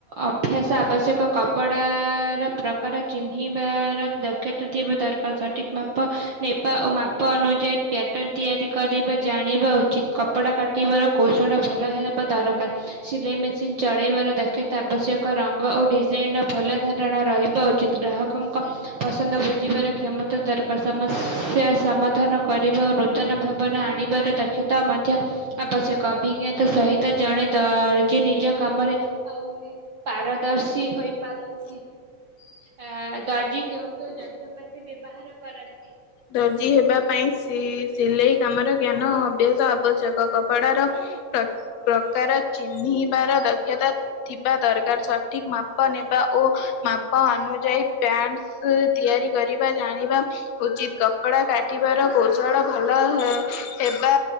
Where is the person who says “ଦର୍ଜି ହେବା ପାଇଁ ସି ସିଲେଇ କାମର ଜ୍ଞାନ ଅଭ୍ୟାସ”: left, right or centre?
Left